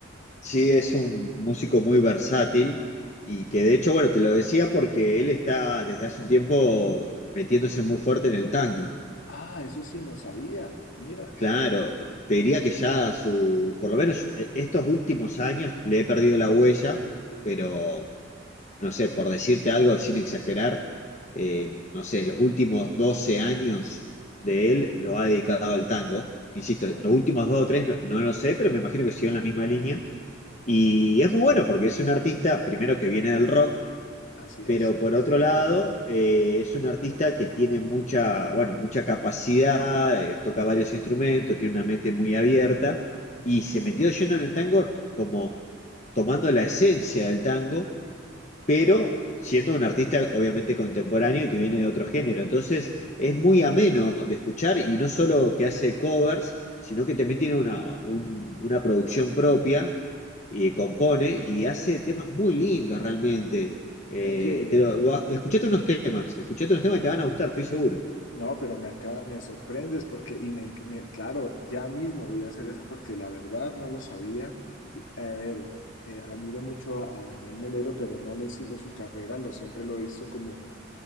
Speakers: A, on the left; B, on the left.
A: Sí, es un músico muy versátil y que de hecho, bueno, te lo decía porque él está desde hace un tiempo metiéndose muy fuerte en el tango.
B: Ah, eso sí, no sabía. Mira,
A: Claro, te diría que ya su, por lo menos eh, estos últimos años le he perdido la huella, pero... no sé, por decirte algo sin exagerar, eh, no sé, los últimos 12 años de él lo ha dedicado al tango. Insisto,
B: no,
A: los últimos dos o tres no, no lo sé, pero me imagino que siguió en la misma línea. Y es muy bueno porque es un artista, primero que viene del rock,
B: así
A: pero
B: es.
A: por otro lado, eh, es un artista que tiene mucha, bueno, mucha capacidad, eh, toca varios instrumentos, tiene una mente muy abierta y se metió lleno en el tango como tomando la esencia del tango pero siendo un artista obviamente contemporáneo y que viene de otro género. Entonces es muy ameno de escuchar y no solo que hace covers, sino que también tiene una, un- una producción propia, y compone y hace temas muy lindos realmente. Eh,
B: Oye,
A: te lo-
B: pero
A: va- escuchate unos temas, escuchate unos temas que te van a gustar, estoy seguro.
B: No, pero me acá me sorprendes porque, y me, me- claro, ya mismo voy a hacer eso porque la verdad no lo sabía. Yo- a ver, eh, admiro mucho a, a Daniel Melero, pero no le sigo su carrera, lo siempre lo he visto como,